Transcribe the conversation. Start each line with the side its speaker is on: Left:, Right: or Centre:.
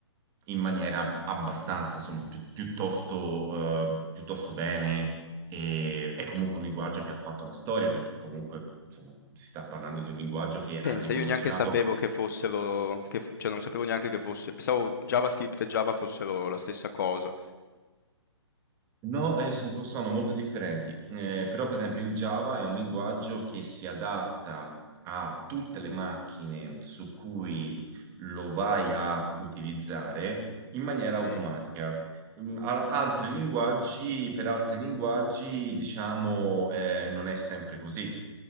Right: in maniera abbastanza, insomma, pi- piuttosto, eh, piuttosto bene e è comunque un linguaggio che ha fatto la storia, perché comunque insomma, si sta parlando di un linguaggio che ha
Left: Pensa,
Right: rivoluzionato
Left: io neanche sapevo che fossero, che f- cioè non sapevo neanche che fosse, pensavo JavaScript e Java fossero la stessa cosa.
Right: No, eh, son- sono, molto differenti, Eh, però per esempio il Java è un linguaggio che si adatta a tutte le macchine su cui lo vai a utilizzare in maniera
Left: Mm,
Right: automatica. Mm, a- Altri linguaggi, per altri linguaggi, diciamo, eh, non è sempre così.